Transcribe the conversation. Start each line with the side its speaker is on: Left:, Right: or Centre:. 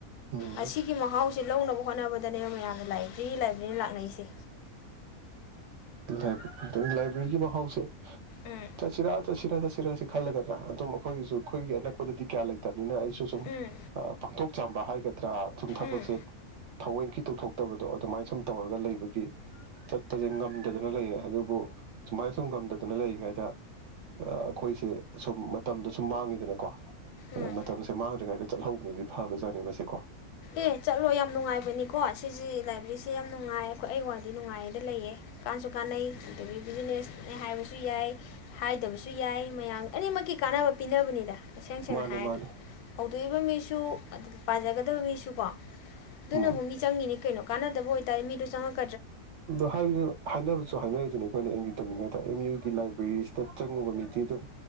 Right: ꯎꯝ
Left: ꯑꯁꯤꯁꯤꯒꯤ ꯃꯍꯁ ꯖꯤꯟ ꯂꯧꯅꯕ ꯍꯣꯠꯅꯕꯗꯅꯦꯕ ꯃꯌꯥꯝꯅ ꯂꯥꯏꯕꯦꯔꯤ ꯂꯥꯏꯕꯔꯤ ꯅꯥ ꯂꯥꯛꯅꯔꯤꯁꯤ
Right: ꯂꯥꯏꯕ ꯂꯥꯏꯕꯔꯤꯒꯤ ꯃꯍꯥꯁꯦ
Left: ꯎꯝ
Right: ꯆꯠꯁꯤꯔ ꯆꯠꯁꯤꯔ ꯆꯁꯤ <unintelligible> ꯈꯜꯂꯒꯗꯅꯥ ꯑꯗꯨꯝ ꯑꯩꯈꯣꯏꯒꯤꯁꯨ ꯑꯩꯈꯣꯏꯒꯤ ꯑꯅꯛꯄꯗꯗꯤ ꯀꯌꯥ ꯂꯩꯇꯕ ꯃꯤꯅ ꯑꯩꯁꯨ ꯁꯨꯝ
Left: ꯎꯝ
Right: ꯄꯥꯡꯊꯣꯛ ꯆꯥꯝꯕ ꯍꯥꯏ ꯇꯔꯥ ꯁꯨꯝ ꯊꯕꯛꯁꯦ
Left: ꯎꯝ
Right: ꯊꯑꯣꯏꯒꯤ ꯇꯧꯊꯣꯛ ꯇꯕꯗꯣ ꯑꯗꯨꯃꯥꯏꯅ ꯁꯨꯝ ꯇꯧꯔꯒ ꯂꯩꯕꯒꯤ ꯆꯠ ꯍꯟꯗꯗꯅ ꯂꯩꯔꯦ ꯑꯗꯨꯕꯨ ꯁꯨꯃꯥꯏꯅ ꯁꯨꯝꯒꯝꯗ ꯑꯗꯨꯅ ꯂꯩꯔꯤꯉꯩꯗ ꯑꯩꯈꯣꯏꯁꯦ ꯁꯨꯝ ꯃꯇꯝꯗ ꯁꯨꯝ ꯃꯥꯡꯉꯤꯗꯅꯀꯣ
Left: ꯎꯝ
Right: ꯃ ꯁꯝꯃꯒꯔꯤꯛ ꯍꯥꯏꯥꯏꯦ ꯆꯠꯍꯧꯕꯅꯗꯤ ꯐꯕꯖꯥꯠꯅꯤ ꯃꯁꯦ ꯀꯣ
Left: ꯑꯦ ꯆꯠꯂꯣ ꯌꯥꯝ ꯅꯨꯡꯉꯥꯏꯕꯅꯤꯀꯣ ꯁꯤꯁꯤ ꯂꯥꯏꯕ꯭ꯔꯦꯔꯤꯁꯦ ꯌꯥꯝ ꯅꯨꯡꯉꯥꯏ ꯑꯩꯈꯣꯏ ꯑꯩ ꯋꯥꯗꯤ ꯅꯨꯡꯉꯥꯏꯗ ꯂꯩꯌꯦ ꯀꯥꯟꯁꯨ ꯀꯥꯟꯅꯩ ꯑꯗꯒꯤ ꯕꯤꯖꯤꯅꯦꯁ ꯑ ꯍꯥꯏꯕꯁꯨ ꯌꯥꯏ ꯍꯥꯏꯗꯕꯁꯨ ꯌꯥꯏ ꯃꯌꯥꯝ ꯑꯅꯤꯃꯛꯀꯤ ꯀꯥꯟꯅꯕ ꯄꯤꯅꯕꯅꯤꯗ ꯇꯦꯡ ꯁꯦꯡꯅ
Right: ꯃꯥꯅꯦ
Left: ꯍꯥꯏꯔꯗꯤ
Right: ꯃꯥꯅꯦ
Left: ꯍꯧꯗꯣꯛꯏꯕ ꯃꯤꯁꯨ ꯑꯗꯨ ꯄꯖꯒꯗ ꯁꯨꯀꯣ ꯑꯗꯨꯅꯕꯨ
Right: ꯎꯝ
Left: ꯃꯤ ꯆꯪꯉꯤꯅꯦ ꯀꯩꯅꯣ ꯀꯥꯟꯅꯗꯕ ꯑꯣꯏꯇꯥꯔꯦ ꯃꯤꯗꯨ ꯆꯪꯉꯛꯄ
Right: ꯑꯗꯨ ꯍꯥꯏ ꯍꯥꯏꯅꯕꯁꯨ ꯍꯥꯏꯅꯔꯔꯤꯗꯨꯅꯤ ꯑꯩꯈꯣꯏꯅ ꯑ ꯌꯨ ꯇꯝꯃꯤꯉꯩꯗ ꯑꯦꯝ ꯌꯨꯒꯤ ꯂꯥꯏꯕ꯭ꯔꯦꯔꯤꯁꯤꯗ ꯆꯪꯉꯨꯕ ꯃꯤꯗꯤ ꯑꯗꯨꯝ